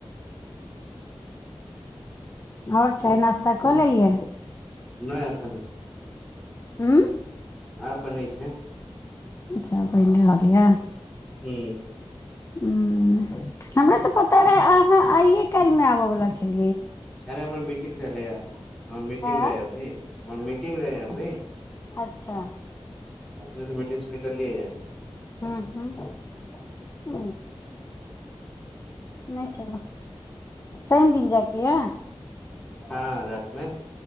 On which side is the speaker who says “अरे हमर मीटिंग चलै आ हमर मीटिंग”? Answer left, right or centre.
Centre